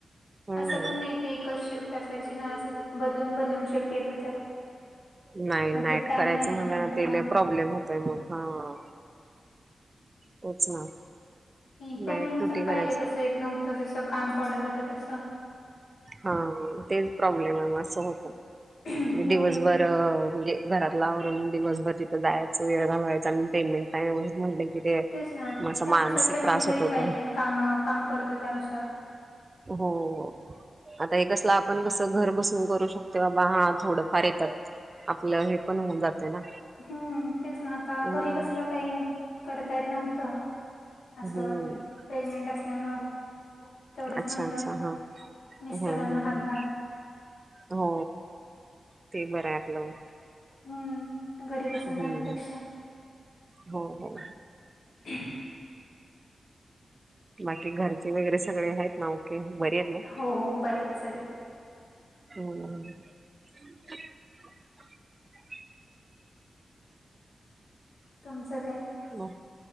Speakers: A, on the right (about 35°); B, on the left (about 80°).
A: हम्म
B: असं पण नाही की एकच शिफ्ट असायची ना, असाय बदलून बदलून शिफ्ट येत होत्या.
A: नाही,
B: मग
A: नाईट
B: ते टाइम
A: करायचं
B: मॅनेजमेंट
A: म्हला ना
B: होत
A: ते
B: नव्हतं
A: लयं प्रॉब्लेम होतंय मग हा. तुच ना.
B: ह <inaudible> पेमेंट
A: नाईट ड्युटी
B: पण पाहिजे
A: करायच
B: तस येत नव्हतं, जस काम पडत होत तसं.
A: हा, तेच प्रॉब्लेम आहे मग असं होतं
B: हम्म
A: मी दिवसभर म्हणजे घरातलं आवरून दिवसभर तिथं जायचं, वेळ घालवायचा आणि पेमेंट टाईम वर म्हटलं की ते
B: तेच ना
A: असा
B: त्यानुसार
A: मानसिक
B: पेमेंट
A: त्रास
B: तरी
A: होत होता
B: पाहिजे कामाव काम करतोय त्यानुसार.
A: हो. आता हे कसलं आपण कसं घर बसून करू शकतो, बाबा हा थोडंफार येतात. आपलं हे पण होऊन जातंय ना.
B: हम्म, तेच ना आता
A: हम्म
B: घरी बसलं काही करता येत नव्हतं. असं
A: हम्म
B: हे प्रेग्नेंट असल्यामुळं. तेवढंच
A: अच्छा
B: म्हणलं
A: अच्छा हा
B: मिस्टरांना
A: हम्म हम्म
B: हातभार.
A: हम्म. हो ते बराय आपलं.
B: हम्म. घरी बसून
A: हम्
B: राहण्यापेक्षा
A: हम्. हो हो.
B: ह <inaudible>
A: बाकी घरचे वगैरे सगळे आहेत ना बरे आहेत ना?
B: हो हो. बरे आहेत सगळे.
A: हो. <inaudible>
B: तुमचं काय?
A: मग